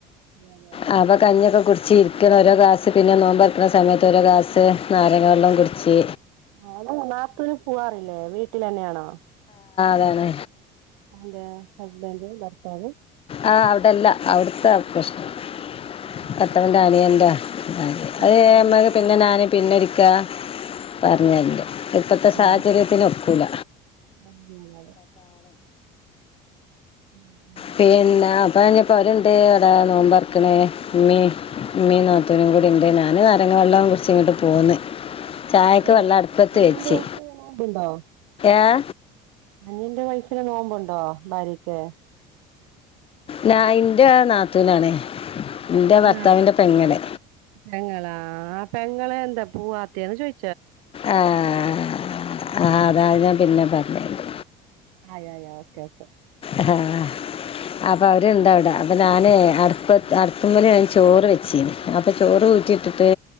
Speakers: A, on the right; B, on the left.
A: അതെ അതെ
B: ആ ഇപ്പൊ
A: അതെ
B: കഞ്ഞി ഒക്കെ കുടിച്ച് ഇരി ക്കാണ് ഓരോ ഗ്ലാസ് പിന്നെ നോമ്പൊറക്കണ സമയത്ത് ഓരോ ഗ്ലാസ് നാരങ്ങ വെള്ളം കുടിച്ച്
A: ആഹ് അല്ല നാത്തൂന് പോവാറില്ലേ വീട്ടിലെന്നെയാണോ?
B: വീട്ടിലാണ്
A: അതെന്തെ ഹസ്ബൻ്റ് പൊറ ത്താണ്
B: ആ അവിടെ അല്ല അവിടുത്തെ പ്രശ്നം
A: ആഹ്
B: ഭർത്താവിന്റെ അനിയന്റ ഭാര്യ അത്
A: ആഹ് അനിയൻണ്ടാ
B: അമ്മക്ക് പിന്നെ ഞാന് പിന്നെ ഒരിക്ക പറഞ്ഞര്ണ്ട് ഇപ്പത്തെ സാഹചര്യത്തിനൊ
A: ആഹ്
B: ക്കൂല
A: <unintelligible> ഉം ഉം
B: പിന്നെ ഇപ്പ ഇനി പൊരണ്ട് ഇവ്ടെ നോമ്പൊറക്ക്ണ് ഇമ്മേം ഇമ്മേം നാ ത്തൂനും കൂടി ഇണ്ട് ഞാന് നാരങ്ങ വെള്ളം കുടിച്ച് ഇങ്ങട്ട് പോന്ന്. ചായക്ക്
A: ഓ
B: വെള്ളം അടുപ്പത്ത്
A: അനിയൻ്റെ
B: വെച്ച്
A: ഓൾക്ക് നോമ്പുണ്ടോ?
B: ഏ
A: അനിയന്റെ വൈഫിന് നോമ്പുണ്ടോ? ഭാര്യ ക്ക്
B: ഞാ ഇന്റെ നാത്തൂനാണേ ഇന്റെ ഭർത്താവിന്റെ
A: ആഹ്
B: പെങ്ങള്
A: പെങ്ങളാ ആ പെങ്ങള് എന്താ പോവാത്തേന്ന് ചോയ്
B: ആഹ് ആ അത് അത് ഞാൻ പിന്നെ പറഞ്ഞേരണ്ട്
A: ആയി ആയി ഓക്കെ ഓക്കെ
B: ആഹ് അപ്പൊ അവര്ണ്ടവിട അ പ്പ ഞാന് അടു പ്പത്ത് അടുപ്പ്മ്മല് ഞാൻ ചോറ് വെച്ചിനി അപ്പം ചോറ് ഊറ്റിയിട്ടിട്ട്